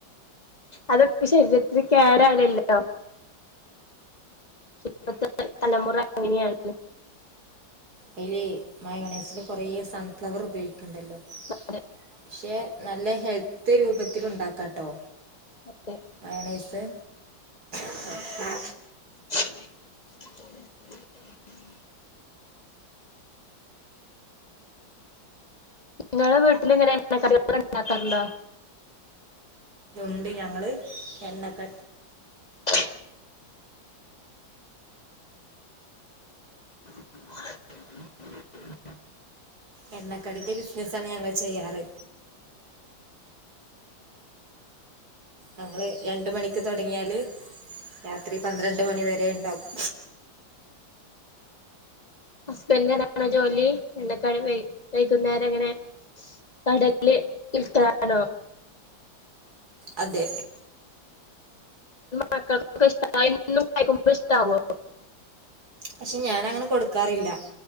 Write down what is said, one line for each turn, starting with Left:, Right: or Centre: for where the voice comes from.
Left: അതൊക്കെ ശരീരത്തിൽ കേടാണല്ലോ പക്ഷെ ഇപ്പത്തെ തലമുറ അങ്ങനെയാണ്
Right: അതിലെ മായോണൈസില് കൊറെ സൺഫ്ലവർ ഉപയോഗിക്കും. ണ്ടല്ലോ
Left: അതെ
Right: പക്ഷെ നല്ല ഹെൽ <unintelligible> രൂപത്തിലും ഉണ്ടാക്കാട്ടോ
Left: അതെ
Right: മയണൊയ്സ് <inaudible>
Left: <inaudible> ങ്ങളെ വീട്ടിലിങ്ങനെ എണ്ണ കടികൾ ഇണ്ടാകാറുണ്ടോ
Right: ഉണ്ട് ഞങ്ങള് എണ്ണക്ക
Left: <inaudible> <inaudible>
Right: എണ്ണക്കടിന്റെ ബിസിനസ്സാണ് ഞങ്ങള് ചെയ്യാറ് ഞങ്ങള് രണ്ട് മണിക്ക് തൊടങ്ങിയാല് രാത്രി പന്ത്രണ്ട് മണി വെരെ ണ്ടാവും
Left: ഹസ്ബൻന്റ്ന് അതാണോ ജോലി എണ്ണ കടി വൈകുന്നേരങ്ങനെ കടെല് വിൽക്കലാണോ
Right: അതെ
Left: മക്കൾക്കൊക്കെ ഇഷ്ട <inaudible> ഇഷ്ടാവോ
Right: പക്ഷെ ഞാനങ്ങനെ കൊടുക്കാറില്ല